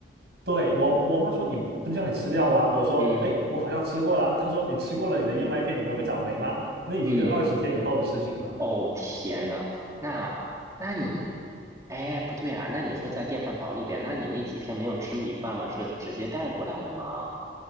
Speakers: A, on the right (about 60°); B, on the right (about 15°).
A: 对，我我妈说你不是叫你吃掉吗？我说，
B: 嗯
A: 哎，我好像吃过了。她说你吃过了，你的燕麦片里面会长霉吗？那已经是二十天以后的事情了。
B: 嗯，哦天呐，那那你，哎，不对啊，那你说在电饭煲里边，那你那几天没有吃米饭吗？是直接带过来的吗？